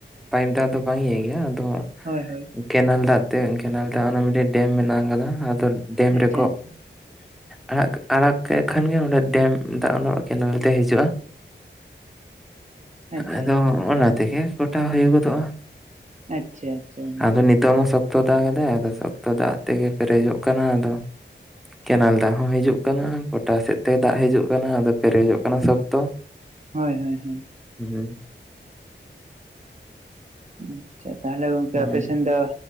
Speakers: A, in the centre; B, on the right (about 40°).
A: ᱯᱟᱭᱤᱯ ᱫᱟᱜ ᱫᱚ ᱵᱟᱝ ᱤᱭᱟᱹᱭ ᱜᱮᱭᱟ ᱟᱫᱚ,
B: ᱦᱳᱭ-ᱦᱳᱭ᱾
A: ᱠᱮᱱᱮᱞ ᱫᱟᱜ ᱛᱮ ᱠᱮᱱᱮᱞ ᱫᱟᱜ ᱚᱱᱟ ᱢᱤᱫᱴᱮᱡ ᱰᱮᱢ ᱢᱮᱱᱟᱜ ᱠᱟᱫᱟ ᱟᱫᱚ ᱰᱮᱢ
B: ᱟᱪᱪᱷᱟ
A: ᱨᱮᱠᱚ,
B: ᱟᱪᱪᱷᱟ
A: ᱟᱲᱟᱜ ᱠᱟᱜ ᱟᱲᱟᱜ ᱠᱮᱫ ᱠᱷᱟᱱ ᱜᱮ ᱚᱸᱰᱮ ᱰᱮᱢ ᱫᱟᱜ ᱚᱱᱟ ᱠᱮᱱᱮᱞ ᱛᱮ ᱦᱤᱡᱩᱜᱼᱟ᱾
B: ᱟᱪᱪᱷᱟ
A: ᱟᱫᱚ
B: ᱟᱪᱪᱷᱟ
A: ᱚᱱᱟ ᱛᱮᱜᱮ ᱜᱳᱴᱟ ᱦᱩᱭᱩ ᱜᱚᱫᱚᱜᱼᱟ᱾
B: ᱟᱪᱪᱷᱟ-ᱟᱪᱪᱷᱟ ᱜᱚᱝᱠᱮ,
A: ᱟᱫᱚ ᱱᱤᱛᱚᱜ ᱢᱟ ᱥᱚᱠᱛᱚ ᱫᱟ ᱜᱮᱫᱟᱭ ᱟᱫᱚ ᱥᱚᱠᱛᱚ ᱫᱟᱜ ᱛᱮᱜᱮ ᱯᱮᱨᱮᱡᱚᱜ ᱠᱟᱱᱟ ᱟᱫᱚ, ᱠᱮᱱᱮᱞ ᱫᱟᱜ ᱦᱚᱸ ᱦᱤᱡᱩᱜ ᱠᱟᱱᱟ, ᱠᱚᱴᱟ ᱥᱮᱫ ᱛᱮ ᱫᱟᱜ ᱦᱤᱡᱩᱜ ᱠᱟᱱᱟ ᱟᱫᱚ ᱯᱮᱨᱮᱡᱚᱜ ᱠᱟᱱᱟ ᱥᱚᱠᱛᱚ,
B: ᱦᱳᱭ-ᱦᱳᱭ-ᱦᱳᱭ᱾
A: ᱦᱮᱸ <unintelligible>
B: ᱟᱪᱪᱷᱟ ᱛᱟᱦᱚᱞᱮ ᱜᱚᱝᱠᱮ ᱟᱯᱮᱥᱮᱱ
A: ᱦᱩᱸ
B: ᱫᱚ